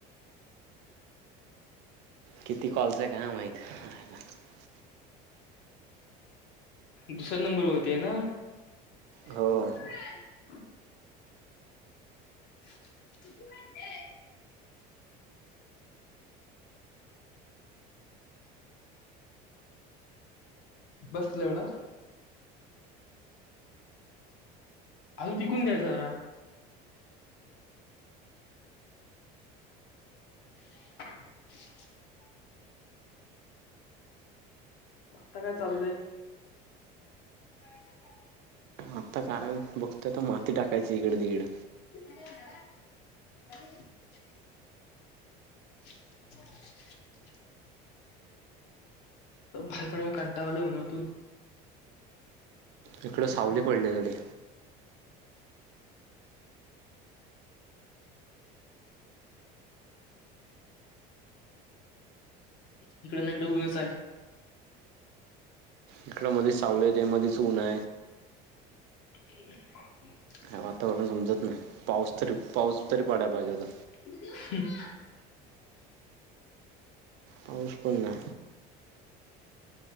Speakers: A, on the right; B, on the left.
A: किती कॉलच काय माहित. <inaudible>
B: दुसऱ्या नंबरवरती आहे ना. <inaudible>
A: हो.
B: <unintelligible> बसलं एवढा. अजून टि कून द्यायचरा <unintelligible> आता काय चाललय. काय <inaudible>
A: आत्ता काय बघतो ते माती टाकयच. तिघड तिकड.
B: <inaudible> भाहेर पडून कंटाळा आलाय उन्हातून.
A: इकडं सावली पडली तरी.
B: इकडे ना इकडे ऊनच आहे.
A: इकड मधीच सावली यते मधीच ऊन आहे.
B: हम् <unintelligible>
A: वातावरण समजत नाही पाऊस तरी पाऊस तरी पाडाय पाहिजे होता.
B: ह
A: पाऊस पण नाय.